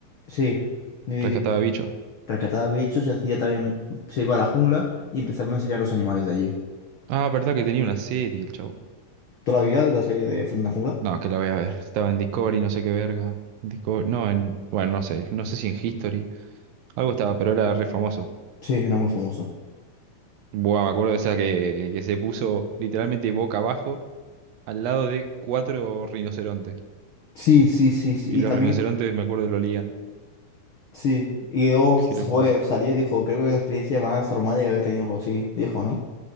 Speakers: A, on the left; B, on the right.
A: Sí, ni di,
B: rescataba
A: di.
B: bichos.
A: Rescataba bichos y hacía también... Se iba a la jungla y empezaba a enseñar los animales de allí.
B: Ah, verdad que tenía una serie el chavo.
A: Todavía de la serie de Fran de la Jungla.
B: No, que la voy a ver. Estaba en Discovery, no sé qué verga. Discovery, no, en. Bueno, no sé. No sé si en History. Algo estaba, pero era re famoso.
A: Sí, era muy famoso.
B: Buah, me acuerdo de esa que, que se puso literalmente boca abajo al lado de cuatro rinocerontes.
A: Sí, sí, sí, sí.
B: Y
A: Y
B: los
A: también
B: rinocerontes, me acuerdo, lo olían.
A: Sí, y luego
B: Qué
A: fue,
B: locura.
A: salió y dijo, creo que es la experiencia más traumática que he tenido, algo así, dijo, ¿no?